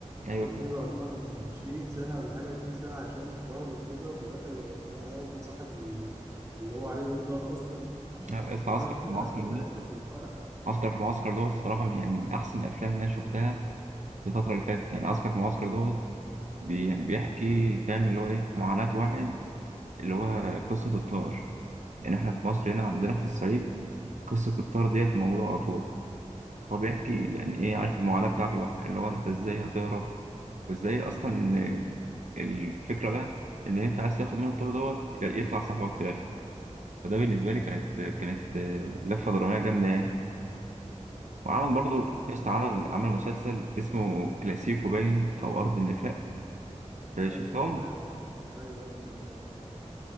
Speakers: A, on the right; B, on the right.
A: ايوه
B: ابوه فضل
A: فاهم
B: هربان 20 سنه ولا حاجه 20 سنه عشان الطار وكده وفي الاخر لقى ابن صاحب ال- اللي هو عليه دي طار اصلا
A: لا، يا اسطى
B: وراح
A: عسكر في
B: <laughs>
A: المعسكر
B: راح يبارك
A: ده
B: له في الفرح
A: عسكر في المعسكر دوت الصراحه من- يعني من احسن الافلام اللي انا شفتها الفترة اللي فاتت يعني عسكر في المعسكر دوت بي- بيحكي فاهم اللي هو ايه معاناة واحد اللي هو قصة الطائر يعني احنا في مصر هنا عندنا في الصعيد قصة الطائر ديت موجودة على طول هو بيحكي يعني ايه عارف المعاناة بتاعته بقى اللي هو انت ازاي هتهرب وازاي اصلا إن الفكرة بقى ان انت عايز تاخد منه الطائر دوت ي- يطلع صاحبك في الاخر فده بالنسبة لي كانت كانت لفة درامية جامدة يعني وعمل برضه
B: مم.
A: يسطا عمل عمل مسلسل اسمه كلاسيكو باين او ارض النفاق آه،
B: أرض
A: شفتهم
B: النفاق آه. أيوه أرض النفاق